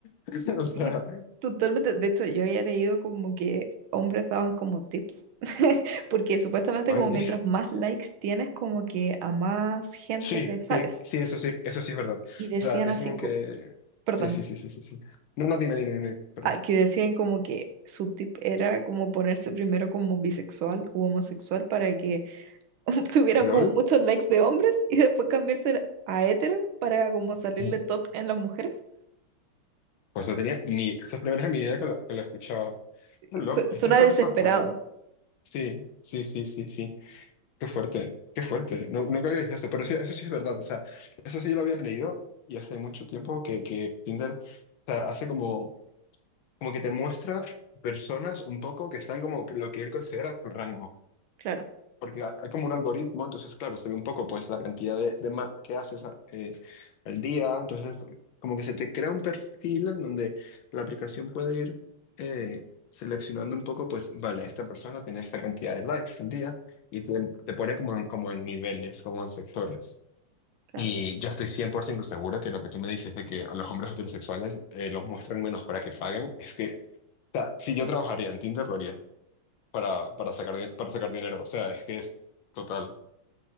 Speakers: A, on the left (about 70°); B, on the right (about 75°).
A: <laughs> o sea,
B: Sí, totalmente. De hecho, yo había leído como que hombres daban como tips, <laughs> porque supuestamente
A: ay.
B: como mientras más likes tienes, como que a más gente
A: Sí,
B: le sales.
A: sí, sí, eso sí, eso sí es verdad.
B: Y decían
A: O sea, es
B: así,
A: como
B: co-
A: que...
B: perdón.
A: Sí, sí, sí, sí, sí, sí. No, no, dime, dime, dime, perdón.
B: ah, que decían como que su tip era como ponerse primero como bisexual u homosexual para que <laughs> tuvieran
A: ¿LOL?
B: como muchos likes de hombres y después cambiarse a hetero para como salirle
A: Mm,
B: top en las mujeres.
A: Pues no tenía ni... Esas primeras en mi vida que lo, que lo escuchaba. Qué loco,
B: Su-
A: es
B: Suena
A: que está
B: desesperado.
A: fatal. Sí, sí, sí, sí, sí. Qué fuerte, qué fuerte. No, nunca había visto eso, pero sí, eso sí es verdad. O sea, eso sí yo lo había leído y hace mucho tiempo que, que Tinder, o sea, hace como, como que te muestra personas un poco que están como lo que él considera tu rango.
B: Claro,
A: porque ha- hay como un algoritmo, entonces, claro, se ve un poco pues la cantidad de, de ma- que haces a- eh, al día, entonces como que se te crea un perfil en donde la aplicación puede ir eh, seleccionando un poco, pues, vale, esta persona tiene esta cantidad de likes al día y te, te pone como en, como en niveles, como en sectores.
B: claro.
A: Y yo estoy 100% seguro que lo que tú me dices de que a los hombres heterosexuales eh, los muestran menos para que paguen, es que, o sea, si yo trabajaría en Tinder, lo haría para, para sacar, di- para sacar dinero. O sea, es que es total.